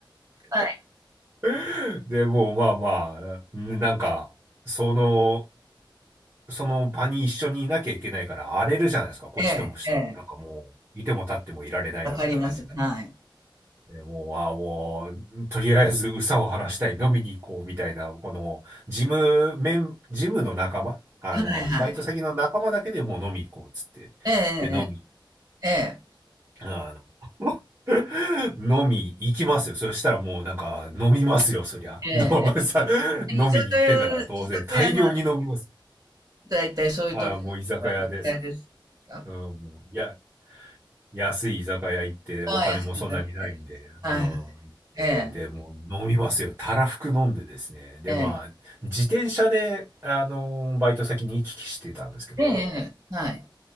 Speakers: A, on the right (about 50°); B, on the right (about 35°).
A: はい。
B: <laughs> で、もうまあまあ、ねなんか、その、その場に一緒にいなきゃいけないから荒れるじゃないですか。こっちともしても。
A: ええ、ええ。
B: なんかもう、いても立ってもいられないみたいな感じになって。
A: わかります。はい。
B: でもう、ああ、もう、とりあえず、憂さを晴らしたい、飲みに行こう、みたいな、この、ジム、メン、ジムの仲間、あの、
A: はいはい。
B: バイト先の仲間だけでもう飲み行こう、つって。
A: ええ
B: で、飲み
A: ええええ。
B: あの <laughs> 飲み行きますよ。そしたらもうなんか飲みますよ、そりゃ。
A: ええ。
B: <laughs> のさ飲みに行ってんだから当然大量に飲みます。
A: ええ居酒屋居酒屋のだいたいそういうとこが居酒屋ですか？
B: あー、もう居酒屋です。うん、もう、や、安い居酒屋行ってお金もそんなにないんで、
A: ああ、安いだなって。はいはい。
B: うん、行って、
A: ええ、
B: で、もう飲みますよ。たらふく飲んでですね。で、
A: ええ。
B: まあ、自転車で、あの、バイト先に行き来してたんですけど、
A: ええええ、はい。